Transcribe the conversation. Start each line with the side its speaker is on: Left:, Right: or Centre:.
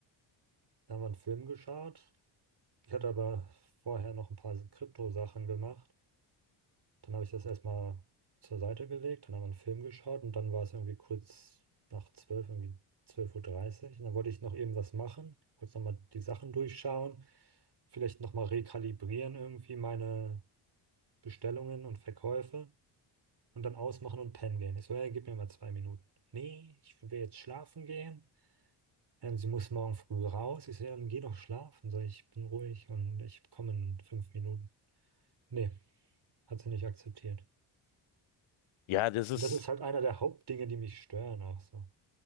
Right: da haben wir einen Film geschaut. Ich hatte aber vorher noch ein paar Krypto-Sachen gemacht. Dann habe ich das erstmal zur Seite gelegt, dann haben wir einen Film geschaut und dann war es irgendwie kurz nach zwölf, irgendwie zwölf Uhr. dreißig. Und dann wollte ich noch eben was machen, kurz nochmal die Sachen durchschauen, vielleicht nochmal rekalibrieren irgendwie meine Bestellungen und Verkäufe und dann ausmachen und pennen gehen. Ich so, ja, gib mir mal zwei Minuten. Nee, ich will jetzt schlafen gehen. Ähm, sie muss morgen früh raus. Ich so, ja, dann geh doch schlafen. So, ich bin ruhig und ich komme in fünf Minuten. Nee, hat sie nicht akzeptiert.
Left: Ja, das ist.
Right: Und das ist halt einer der Hauptdinge, die mich stören auch so.